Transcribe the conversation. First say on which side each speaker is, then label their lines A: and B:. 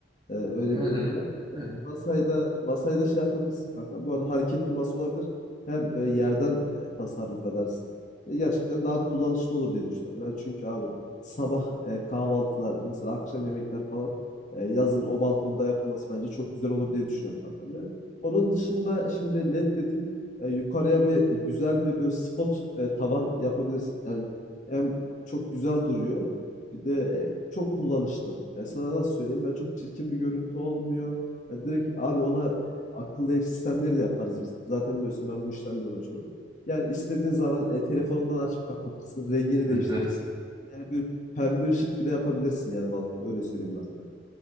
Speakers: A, on the left; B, on the right.
A: E, öyle
B: Evet
A: bir durum
B: evet.
A: var.
B: Evet
A: Masayda masayda şey yapabilirsin kanka. Bu arada hareketli masa olabilir. Hem e, yerden e, tasarruf edersin. Ve gerçekten daha kullanışlı olur diye düşünüyorum. Ben çünkü abi sabah e, kahvaltılar, mesela akşam yemekler falan e, yazın o balkonda yapılması bence çok güzel olur diye düşünüyorum kankam yani. Onun dışında e, şimdi led dedin. E, yukarıya bir e, güzel bir böyle spot e, tavan yapabilirsin. Yani hem çok güzel duruyor. Bir de e, çok kullanışlı. E, sana nasıl söyleyeyim? Yani çok çirkin bir görüntü olmuyor. Ya direkt abi ona akıllı ev sistemleri de yaparız biz. Zaten biliyorsun ben bu işlerle uğraşıyorum. Yani istediğin zaman e, telefonundan açıp kapatırsın, rengini değiştirirsin.
B: evet. evet.
A: Yani bir pembe ışık bile yapabilirsin yani balkona. Öyle söyleyeyim ben sana.